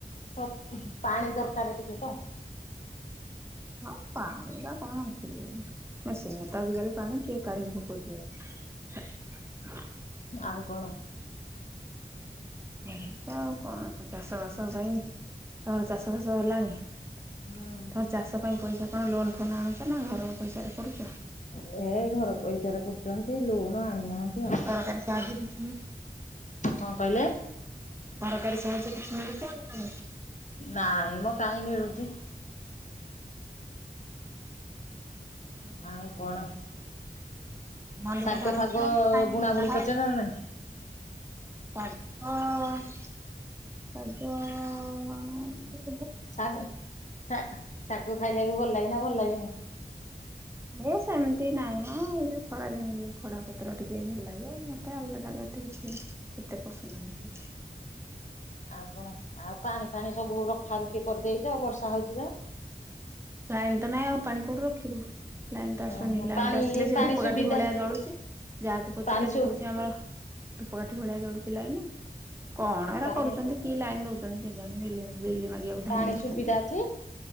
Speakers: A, on the left; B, on the right.
A: ସବ ପାଣି ଦରକାର ଟିକେ ତ
B: ହଁ ପାଣିରେ କଣ ଅଛି ମେସିନରେ ତ ଆଜି କାଲି ପାଣି କିଏ କାଢିକି ପକଉଛି ଆଉ।
A: ଆଉ କଣ
B: ଏ ଆଉ କଣ ଚାଷ ବାସ ପାଇଁ ରଚାଷ ବାସ ହେଲାଣି। ତୋର
A: ହୁଁ
B: ଚାଷ ପାଇଁ ପଇସା କଣ ଲୋନ୍ ଫୋନ୍ ଆଣୁଛ ନା ଘର ପଇସାରେ କରୁଛ?
A: ହେ ଘର ପଇସାରେ କରୁଛନ୍ତି ଲୋନ ଆଣିନାହାନ୍ତି। ଆଉ
B: ସରକାର ସାହାଯ୍ୟ କିଛି
A: କଣ କହିଲେ
B: ସରକାରୀ ସାହାଯ୍ୟ କିଛି ନେଇଛନ୍ତି ନା ନାଇଁ।
A: ନାଇଁ ମଁ କାହିଁ ମିଳୁଛି
B: ହୁଁ
A: ଆଉ କଣ
B: ମନ୍ଦିରକୁ
A: ଶାଗ
B: ଯାଅ
A: ଫାଗ ବୁଣା ବୁଣି କରିଛ
B: ନା
A: ନାଇଁ?
B: ଯାଅ ନି ଅ ଆ
A: ଶାଗ ଶା ଶାଗ ଖାଇବାକୁ ଭଲ ଲାଗେ ନା ଲାଗେ ନି।
B: ଏ ସେମିତି ନାଇଁ ମ ଏ ଯଉ ଖରାଦିନରେ ଖଡ଼ା ପତ୍ର ଟିକେ ଭଲ ଲାଗେ ମତେ ଆଉ ମତେ କିଛି ଏତେ ପସନ୍ଦ ନୁହେଁ।
A: ଆଉ କଣ ଆଉ ପାଣି ପାଣି ସବୁ ରଖା ରୁଖି କରିଦେଇଛ ବର୍ଷା ହଉଛି ଯେ
B: ଲାଇନ୍ ତ ନାଇଁ ଆଉ ପାଣି କୋଉଠୁ ରଖିବୁ। ଲାଇନ୍ ତ ଆସୁନି
A: ଓହୋ
B: ଲାଇନ୍
A: ପାଣି
B: ତ ଆସିଲେ ସେ
A: ପାଣି
B: ଧୂପକାଠି
A: ସୁବିଧା
B: ଭଳିଆ ଜଳୁଛି ଯାହାକୁ ପଚାରିଲେ
A: ପାଣି
B: ସେ
A: ସୁ
B: କହୁଛି ଆମର ଧୂପକାଠି ଭଳିଆ ଜଳୁଛି ଲାଇନ୍ କଣ ଏରା
A: ପାଣି
B: କରୁଛନ୍ତି କି ଲାଇନ୍ ଦଉଛନ୍ତି କେଜାଣି ବିଲ୍ ବିଲ୍ ମାଗିବାକୁ
A: ପାଣି
B: ଧାଇଁ ଆସୁଛନ୍ତି।
A: ସୁବିଧା ଅଛି?